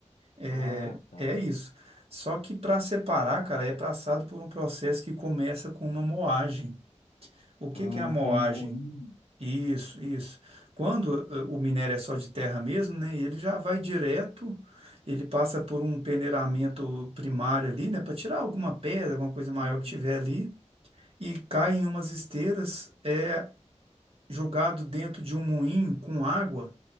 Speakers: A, on the right; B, on the left.
A: É
B: Ah, tá.
A: é isso. Só que para separar, cara, é passado por um processo que começa com uma moagem. O que
B: Ah,
A: que é a moagem?
B: tem um moinho.
A: Isso, isso. Quando eh, o minério é só de terra mesmo, né? Ele já vai direto, ele passa por um peneiramento primário ali, né? Para tirar alguma pedra, alguma coisa maior
B: Uhum.
A: que tiver ali, e cai em umas esteiras, é jogado dentro de um moinho com água,